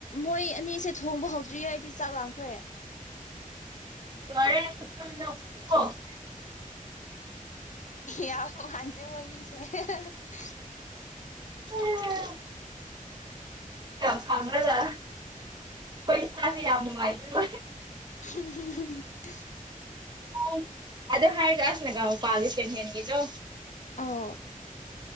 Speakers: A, on the left; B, on the right.
A: ꯃꯣꯏ ꯑꯅꯤꯁꯦ ꯊꯣꯡꯕ ꯍꯧꯗ꯭ꯔꯤꯌꯦ ꯑꯩꯗꯤ ꯆꯥꯛ ꯂꯥꯡꯈ꯭ꯔꯦ
B: ꯂꯣꯏꯔꯦ <unintelligible>
A: ꯌꯥꯝ ꯃꯥꯟꯗ꯭ꯔꯦ ꯃꯣꯏꯅꯤꯁꯦ <unintelligible>
B: ꯔꯦ ꯌꯥ ꯀꯗ <unintelligible> ꯍꯣꯏ ꯏꯁꯥꯁꯦ ꯌꯥꯝ ꯅꯨꯡꯉꯥꯏꯖꯔꯣꯏ
A: ꯍꯨ ꯍꯨ ꯍꯨ ꯍꯨ
B: ꯑꯥꯏ ꯑꯗꯨ ꯍꯥꯏꯒꯥ ꯑꯁ ꯅꯒ ꯃꯄꯥꯜꯒꯤ ꯁꯦꯀꯦꯟ ꯍꯦꯟꯒꯤꯗꯣ
A: ꯑꯥ